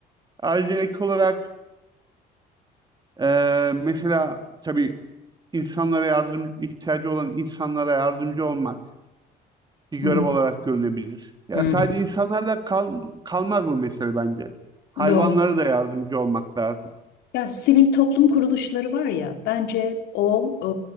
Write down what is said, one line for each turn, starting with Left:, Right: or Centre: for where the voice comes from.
Right: Ayrıca ek olarak e, mesela tabii insanlara yardım ihtiyacı olan insanlara yardımcı olmak bir görev
Left: Hı hı.
Right: olarak görülebilir. Ya
Left: Hı
Right: sadece
Left: hı.
Right: insanlarla kal, kalmaz bu mesele bence. Hayvanlara
Left: Doğru.
Right: da yardımcı olmak lazım.
Left: Ya sivil toplum kuruluşları var ya bence o e,